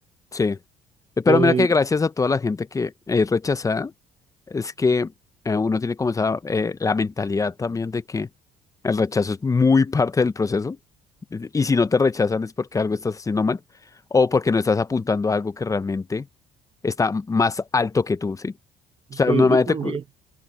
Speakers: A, on the left; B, on the right.
A: Sí. Eh, Pero
B: Y
A: mira que gracias a toda la gente que es rechazada, es que eh, uno tiene como esa, eh, la mentalidad también de que el rechazo es muy parte del proceso. Y si no te rechazan es porque algo estás haciendo mal o porque no estás apuntando a algo que realmente está más alto que tú, ¿sí? O sea,
B: sí,
A: normalmente...
B: y también,
A: cu-